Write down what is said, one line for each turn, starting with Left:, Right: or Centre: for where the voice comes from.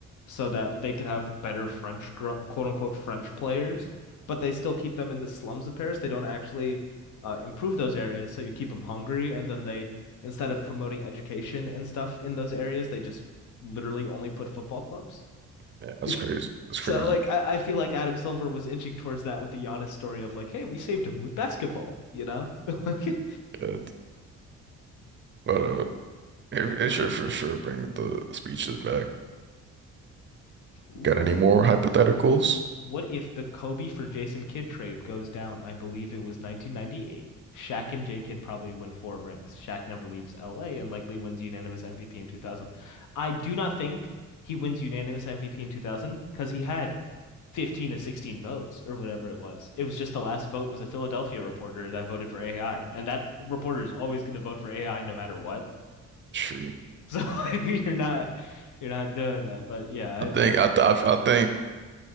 Left: so that they could have better French, gr- quote unquote French players, but they still keep them in the slums of Paris. They don't actually uh, improve those areas, so you keep them hungry, and then they instead of promoting education and stuff in those areas, they just literally only put football clubs.
Right: Yeah, that's
Left: <laughs>
Right: crazy. That's
Left: So
Right: crazy.
Left: like I, I feel like Adam Silver was inching towards that with the Giannis story of like, hey, we saved him with basketball, you know? <laughs> Like
Right: Yeah. But uh, it,
Left: I got
Right: it should
Left: you.
Right: for sure bring the speeches back.
Left: Ooh,
Right: Got any
Left: this.
Right: more hypotheticals?
Left: what if the Kobe for Jason Kidd trade goes down? I believe it was 1998. Shaq and J Kidd probably win four rings. Shaq never leaves LA and likely wins unanimous MVP in 2000. I do not think he wins unanimous MVP in 2000 because he had 15 to 16 votes or whatever it was. It was just the last vote was a Philadelphia reporter that voted for AI, and that reporter is always going to vote for AI no matter what.
Right: Sure.
Left: So <laughs> you're not you're not doing that. But yeah, I,
Right: I think
Left: I
Right: I I, I think